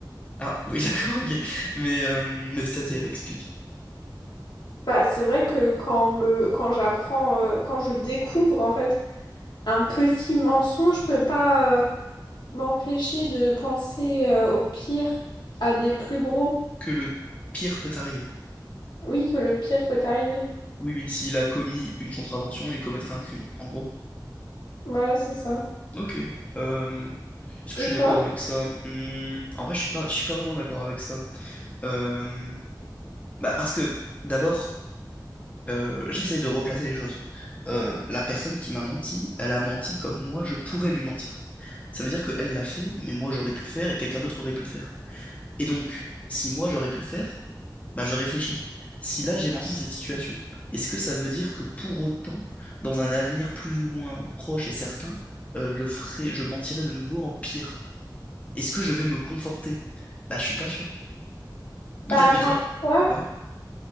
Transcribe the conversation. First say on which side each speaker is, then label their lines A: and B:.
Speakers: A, on the left; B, on the left.
A: Ah, oui, <laughs> d'accord, ok. Mais, euh, mais c'est-à-dire, explique,
B: Bah c'est vrai que quand on me quand j'apprends euh, quand je découvre en fait un petit mensonge, je peux pas euh, m'empêcher de penser euh, au pire à des plus gros.
A: que le pire peut arriver.
B: Oui, que le pire peut t'arriver.
A: Oui, oui, s'il a commis une contravention, il commettra un crime, en gros.
B: Voilà, c'est ça.
A: Ok. Euh, est-ce
B: Et
A: que je suis
B: toi?
A: d'accord avec ça? Hmm, en vrai, je suis pas, je suis pas vraiment d'accord avec ça. Euh, bah, parce que, d'abord, euh, j'essaie de replacer les choses. Euh, la personne qui m'a menti, elle a menti comme moi, je pourrais lui mentir. Ça veut dire qu'elle l'a fait, mais moi j'aurais pu le faire et quelqu'un d'autre aurait pu le faire. Et donc, si moi j'aurais pu le faire, Bah, je réfléchis. Si là j'ai menti dans cette situation, est-ce que ça veut dire que pour autant, dans un avenir plus ou moins proche et certain, euh, je ferai, je mentirai de nouveau en pire? Est-ce que je vais me conforter? Bah, je suis pas sûr.
B: Bah,
A: En fait, mais
B: parfois,
A: toi, ouais,